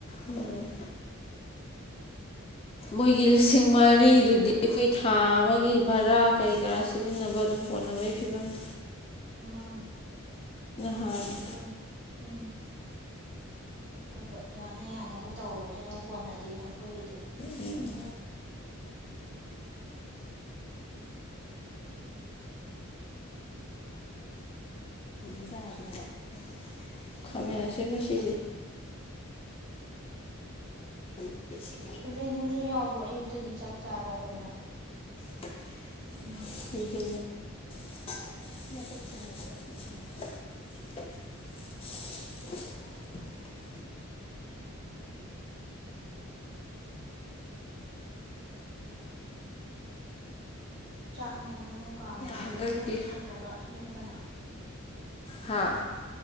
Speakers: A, on the left (about 25°); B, on the right (about 55°).
A: ꯎꯝ ꯃꯣꯏꯒꯤ ꯂꯤꯁꯤꯡ ꯃꯔꯤꯗꯨꯗꯤ ꯑꯩꯈꯣꯏ ꯊꯥ ꯑꯃꯒꯤ ꯚꯔꯥ ꯀꯔꯤ ꯀꯔꯥ ꯁꯤꯖꯤꯟꯅꯕ ꯑꯗꯨꯝ ꯀꯣꯟꯅꯕꯩ ꯐꯤꯕꯝꯅꯤ
B: ꯏꯃꯥꯟ ꯀꯣꯟꯅꯕꯩ
A: ꯍꯥꯟꯅ
B: ꯐꯤꯕꯝꯅꯦ ꯎꯝ ꯈ ꯒꯥ ꯌꯥꯅ ꯌꯥꯅꯕ ꯇꯧꯔꯨꯔꯗꯤ ꯑꯗꯨꯝ ꯀꯣꯟꯅꯗꯩꯅꯦ ꯑꯩꯈꯣꯏꯒꯤꯗꯤ
A: ꯎꯝ <inaudible> ꯈꯥꯃꯦꯟ ꯑꯁꯤꯟꯕꯁꯤ <unintelligible>
B: ꯔꯦꯅꯨꯁꯨ ꯌꯥꯎꯕ꯭ꯔꯣ ꯑꯌꯨꯛ ꯇꯗꯤ ꯆꯥꯛ ꯆꯥꯕ ꯂꯣꯏꯅ
A: <unintelligible>
B: ꯎꯝ
A: <unintelligible>
B: ꯆꯥꯛ ꯅꯪꯅ ꯅꯪꯅ ꯀꯥꯝꯃꯔꯤꯔꯣ
A: ꯍꯟꯗꯛꯇꯤ
B: ꯅꯠꯇ꯭ꯔꯒ ꯅꯣꯏ ꯀꯅꯥ
A: ꯍꯥꯥ